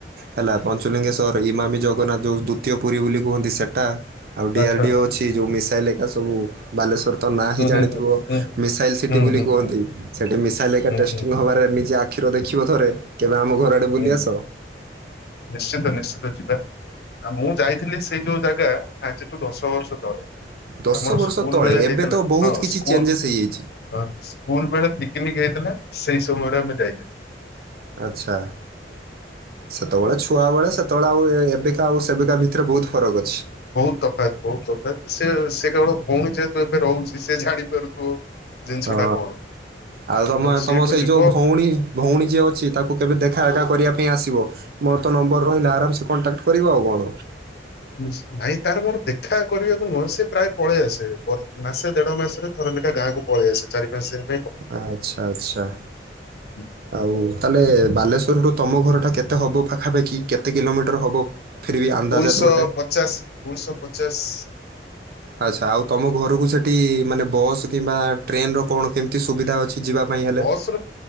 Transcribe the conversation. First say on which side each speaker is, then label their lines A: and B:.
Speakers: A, on the right (about 55°); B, on the left (about 60°).
A: ହେଲା ପଞ୍ଚୁଲିଙ୍ଗେଶ୍ୱର, ଇମାମୀ ଜଗନ୍ନାଥ ଯେଉଁ ଦ୍ୱଵିତୀୟ ପୁରୀ ବୋଲି କୁହନ୍ତି ସେଇଟା। ଆଉ ଡିଆର୍
B: ଆଚ୍ଛା
A: ଡିଓ ଅଛି ଯେଉଁ ମିସାଇଲ୍ ଏକା ସବୁ ବାଲେଶ୍ୱର ତ ନାଁ
B: ହୁଁ
A: ହିଁ ଜାଣିଥିବ।
B: ହୁଁ ହୁଁ ହୁଁ
A: ମିସାଇଲ
B: ହୁଁ
A: ସିଟି ବୋଲି
B: ହୁଁ
A: କୁହନ୍ତି।
B: ହୁଁ
A: ସେଠି ମିସାଇଲ ଏକା
B: ହୁଁ
A: ଟେଷ୍ଟିଂ
B: ହୁଁ
A: ହବାରେ ନିଜେ। ଆଖିରେ ଦେଖିବ ଥରେ। କେବେ ଆମ ଘର ଆଡେ
B: ହୁଁ।
A: ବୁଲି ଆସ?
B: ନିଶ୍ଚିତ ନିଶ୍ଚିତ ଯିବା। ଆଉ ମୁଁ ଯାଇଥିଲି ସେଇ ଯୋଉ। ଜାଗା ଆଜିଠୁ ଦଶ ବର୍ଷ ତଳେ।
A: ଦଶ
B: ଆମର
A: ବର୍ଷ
B: ସ୍କୁଲ୍
A: ତଳେ
B: ବେଳେ
A: ଏବେ
B: ହେଇଥିଲା
A: ତ ବହୁତ
B: ହଁ
A: କିଛି
B: ସ୍କୁଲ୍
A: ଚେଞ୍ଜେସ୍ ହେଇଯାଇଛି
B: ହଁ ସ୍କୁଲ୍ ବେଳେ ପିକିନିକି ହେଇଥିଲା ସେଇ ସମୟରେ ଆମେ ଯାଇଥିଲୁ।
A: ଆଛା ସେତବଳେ ଛୁଆ ବେଳେ ସେତବଳେ ଆ ଆଉ ଏବେକା ଆଉ ସେବେକା ଭିତରେ ବହୁତ ଫରକ ଅଛି।
B: ବହୁତ ତଫାତ୍ ବହୁତ ତଫାତ୍ ସେ ସେ କେବଳ ଭଉଣୀ ଯେହେତୁ ଏବେ ରହୁଛି ସେ ଜାଣିପାରୁଥିବ। ଜିନିଷ
A: ହଁ
B: ଟା କଣ
A: ଆଉ ତମ
B: ସିଏଠୁ
A: ତମ ସେଇ
B: ଯିବ
A: ଯୋଉ ଭଉଣୀ ଭଉଣୀ ଯିଏ ଅଛି ତାକୁ କେବେ ଦେଖା ଏଖା କରିବା ପାଇଁ ଆସିବ। ମୋର ତ ନମ୍ବର ରହିଲା ଆରାମସେ କଣ୍ଟାକ୍ଟ୍ କରିବ ଆଉ କଣ।
B: ଇସ୍ ନାଇଁ ତାର ମୋର ଦେଖା କରିବାକୁ ନୁହଁ ସେ ପ୍ରାୟ ପଳେଇ ଆସେ ମାସେ ଦେଢ ମାସରେ ଥରେ ଲେଖା ଗାଁକୁ ପଳେଇଆସେ ଚାରି ପାଞ୍ଚ ଦିନ
A: ଆଛା ଆଛା।
B: ହୁଁ।
A: ଆଉ ତାହେଲେ ବାଲେଶ୍ୱରରୁୁ ତମ ଘରଟା କେତେ ହବ ପାଖାପାଖି କେତେ କିଲୋମିଟର ହବ? ଫିର ବି ଅନ୍ଦାଜରେ
B: ଦୁଇଶହ
A: ଗୋଟେ
B: ପଚାଶ ଦୁଇଶହ ପଚାଶ।
A: ଆଛା ଆଉ ତମ ଘରୁକୁ ସେଠି ମାନେ ବସ୍ କିମ୍ବା ଟ୍ରେନ୍ ର କଣ କେମ ଏତେ ସୁବିଧା ଅଛି ଯିବା ପାଇଁ ହେଲେ
B: ସୋରସ୍